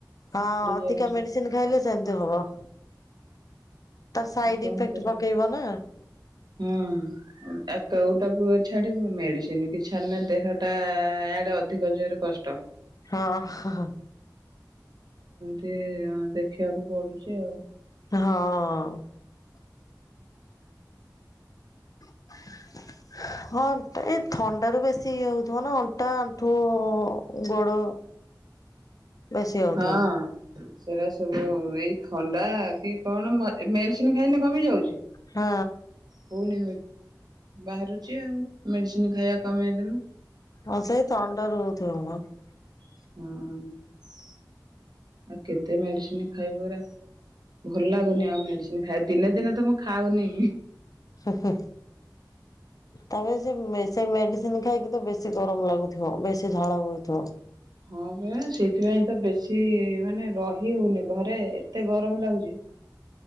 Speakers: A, on the left; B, on the right.
A: ଅଧିକା
B: ଯାଉଛି
A: ମେଡିସିନ ଖାଇଲେ ସେମିତି ହବ। ତାର ସାଇଡ
B: ଆଉ କଣ
A: ଇଫେକ୍ଟ
B: କର
A: ପକେଇବ ନା
B: ହୁଁ ଏକଉଟାକୁ ଛାଡିବୁ ମେଡିସିନ କି ଛାଡ଼ିଲେ ଦେହଟା ଆଡେ ଅଧିକ ଜୋରରେ କଷ୍ଟ।
A: ହଁ।
B: ସେ ଦେଖିବାକୁ ପଡୁଛି ଆଉ।
A: ହଁ। <inaudible> ହଁ ଏଇ ଥଣ୍ଡା ର ବେଶୀ ଇଏ ହଉଥିବ ନା ଅଣ୍ଟା ଆଣ୍ଠୁ ଗୋଡ ବେଶୀ ହଉଥିବ
B: ହଁ। ସେଇଟା ସବୁ ଏଇ ଥଣ୍ଡା କି କଣ ମେଡିସିନ ଖାଇଲେ କମି ଯାଉଛି।
A: ହଁ।
B: ପୁଣି ବାହାରୁଛି ଆଉ ମେଡିସିନ ଖାଇବା କମେଇଦିନ।
A: ହଁ ସେଇ ଥଣ୍ଡା ରହୁଛି। <unintelligible>
B: ହଁ। ଆଉ କେତେ ମେଡିସିନ ଖାଇବ ପୁରରା ଭଲ ଲାଗୁନି ଆଉ ମେଡିସିନ ଖାଇ ଦିନେ ଦିନେ ତ ମୁଁ ଖାଉନି।
A: ହୁଁ ହୁଁ ତାପ ସେ ମେଡିସିନ ଖାଇକି ତ ବେଶୀ ଗରମ ଲାଗୁଥିବ ବେଶୀ ଝାଳ ବଥିବ।
B: ହଁ ଭୟା ସେଇଥିପାଇଁ ତ ବେଶୀ ମାନେ ରହି ହଉନି ଘରେ ଏତେ ଗରମ ଲାଗୁଛି।